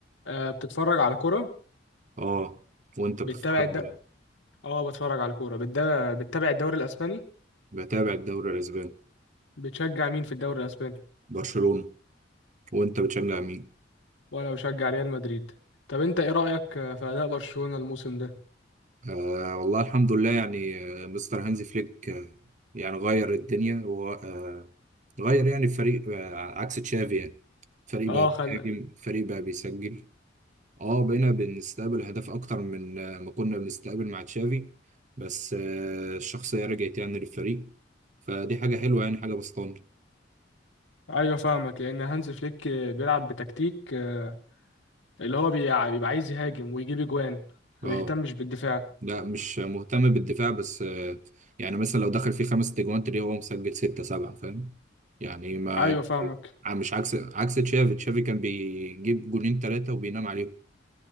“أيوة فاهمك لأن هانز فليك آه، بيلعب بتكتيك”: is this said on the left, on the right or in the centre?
Left